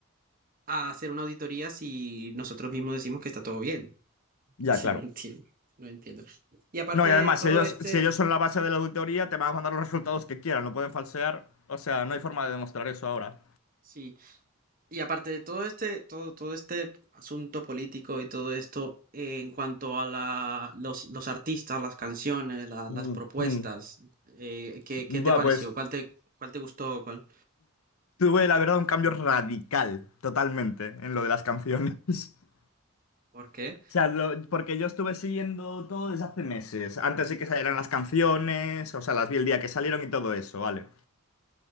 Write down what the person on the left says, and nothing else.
ya,
claro.
No, y
además,
si ellos,
si ellos son la base de la auditoría, te van a mandar los resultados que quieran, no pueden falsear. O sea, no hay forma de demostrar eso ahora.
Ujú.
Va,
pues
tuve la verdad un cambio radical totalmente en lo de las canciones. <laughs>
O sea, lo- porque yo estuve siguiendo todo desde hace meses. Antes de que salieran las canciones, o sea, las vi el día que salieron y todo eso, ¿vale?